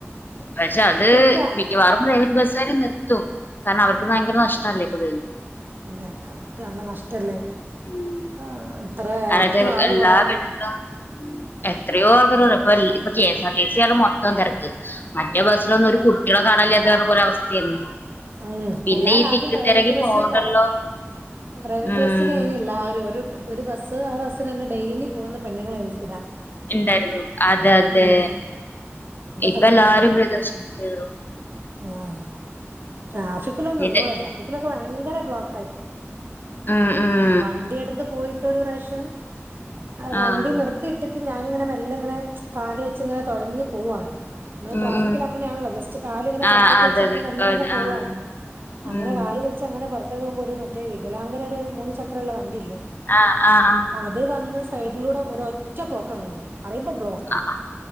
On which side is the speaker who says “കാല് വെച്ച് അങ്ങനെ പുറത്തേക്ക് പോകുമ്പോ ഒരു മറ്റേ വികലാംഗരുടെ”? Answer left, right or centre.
Right